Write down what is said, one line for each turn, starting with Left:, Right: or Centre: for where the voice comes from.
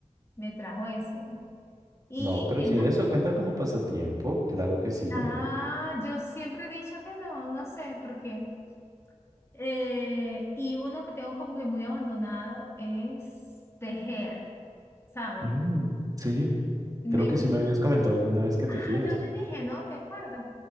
Left: me trajo eso, ¿no? ¿Y
Right: No, pero
Left: qué
Right: sí,
Left: más?
Right: eso cuenta como pasatiempo, claro que sí.
Left: Ah, yo siempre he dicho que no, no sé por qué. Eh, y uno que tengo como que muy abandonado es tejer. ¿sabes?
Right: Mm, sí,
Left: Me...
Right: creo que sí me habías comentado alguna vez que
Left: Ah,
Right: tejías.
Left: yo te dije, ¿no? ¿Te acuerdas?